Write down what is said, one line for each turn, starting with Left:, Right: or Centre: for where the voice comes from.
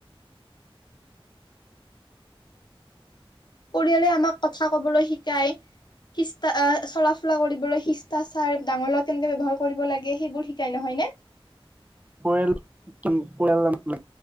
Left: পৰিয়ালে আমাক কথা ক'বলৈ শিকায়। শিষ্টা চলাফুলা কৰিবলৈ শিষ্টাচাৰ ডাঙৰৰ লগত কেনেকে ব্যৱহাৰ কৰিব লাগে সেইবোৰ শিকাই নহয়নে।
Right: পৰিয়াল, পৰিয়াল <unintelligible>